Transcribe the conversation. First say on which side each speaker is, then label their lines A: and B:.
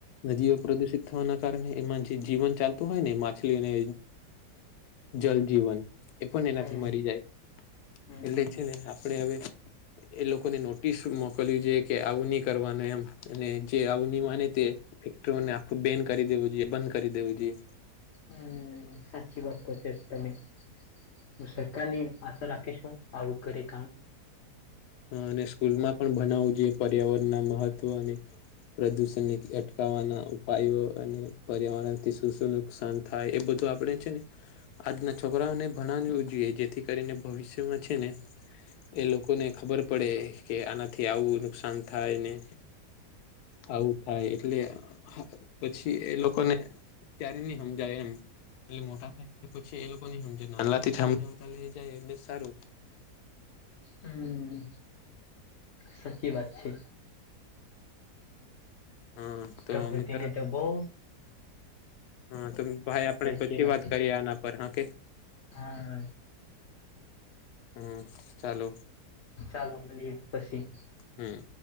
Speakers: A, on the left (about 75°); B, on the left (about 55°).
A: નદીઓ પ્રદુષિત થવાના કારણે એમાં જે જીવન ચાલતું હોય ને માછલીને જલ જીવન એ પણ એનાથી
B: હમ
A: મરી જાય
B: હમ
A: એટલે છે ને આપણે હવે એ લોકોને નોટિસ મોકલ્યું જોઈ કે આવની કરવાનું એમ અને જે આવુ ની અને તે ફેક્ટરીઓને આખું બેન કરી દેવું જોઈએ બંધ કરી દેવું જોઈએ
B: હમ્મ સાચી વાત કરશે તમે હું સરકારની આશા રાખીશું આવું કરી કામ
A: અને સ્કૂલ માં પણ ભનાવવું જોઈએ પર્યાવરણ ના મહત્વ અને પ્રદૂષણ ને અટકાવવાના ઉપાયો અને પર્યાવરણથી શુ શુ નુકસાન થાય એ બધું આપણે છે ને આજના છોકરાઓને ભણાવવું જોઈએ જેથી કરીને ભવિષ્યમાં છે ને એ લોકોને ખબર પડે કે આનાથી આવું નુકસાન થાય ને આવું થાય એટલે પછી એ લોકોને ત્યારે નહી સમજાય એમ એટલે મોટા થાય પછી એ લોકો ની હમજે નાલા થી હમજાવ તા લે એ જાય એટલે સારું
B: હમ્મ સાચી વાત છે
A: હા તો
B: પ્રકૃતિ
A: મિત્ર
B: ને તો બહ
A: હા તો ભાઈ આપણે પછી
B: છે આપણે
A: વાત કરીએ આના પર હા કે
B: હા
A: હમ્મ ચાલો
B: ચાલો મળએ પછી
A: હમ્મ